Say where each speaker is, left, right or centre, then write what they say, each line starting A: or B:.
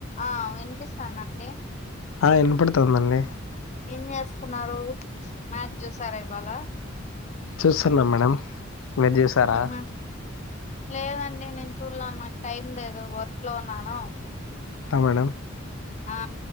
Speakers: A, on the left; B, on the left.
A: ఆ వినిపిస్తాన అండి
B: ఆ ఎనపడుతుందండి
A: ఏం చేస్తున్నారు మ్యాచ్ చూసారా ఇవ్వాలా
B: చూసాన్నా మేడం మీరు చూసారా
A: ఆ లేదండి నేను చూడలేను మాకు టైమ్ లేదు వర్క్ లో ఉన్నాను
B: ఆ మేడం
A: ఆ